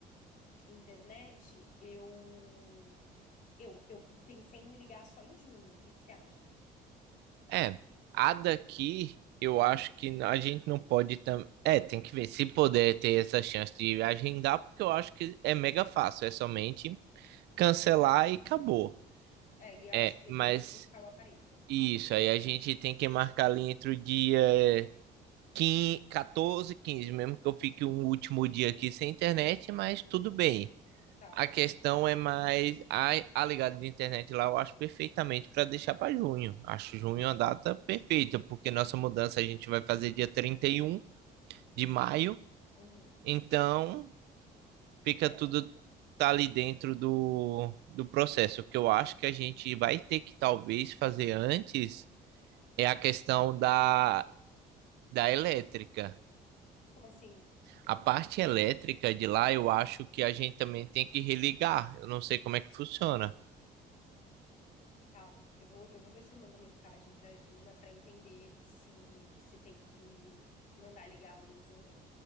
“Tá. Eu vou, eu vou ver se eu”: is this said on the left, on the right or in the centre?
Left